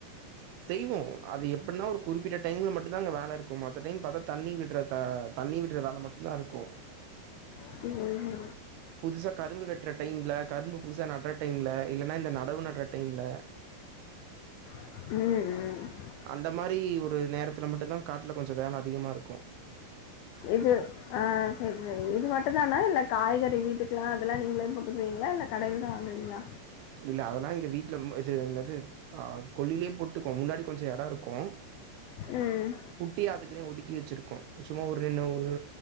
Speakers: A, on the right (about 80°); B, on the left (about 80°).
A: செய்வோ அது எப்டின்னா ஒரு குறிப்பிட்ட டைம்ல மட்டுந்தா அங்க வேல இருக்கு மத்த டைம் பாத்தா தண்ணி விட்றத தண்ணி விடுற வேல மட்டுந்தா இருக்கு
B: சேரி
A: புதுசா கரும்பு வெட்ற டைம்ல கரும்பு புதுசா நட்ற டைம்ல இல்லனா இந்த நடவு நட்ற டைம்ல
B: ம் ம்
A: அந்த மாரி ஒரு நேரத்தில மட்டுந்தா காட்ல கொஞ்ச வேல அதிகமாக இருக்கு
B: இது ஆ சேரி சேரி இது மட்டுந்தானா இல்ல காய்கறி வீட்டுக்கெல்லா அதெல்லா நீங்களே போட்டுப்பீங்களா இல்ல கடையில தா வாங்குவீங்களா
A: இல்ல அதெல்லா எங்க வீட்டுல இது என்னது ஆ கொள்லயே போட்டுக்கோ முன்னாடி கொஞ்சொ எட இருக்கு
B: ம்
A: குட்டி அதுக்குனே ஒதுக்கி வச்சிருக்கோ சும்மா ஒரு என்ன ஒரு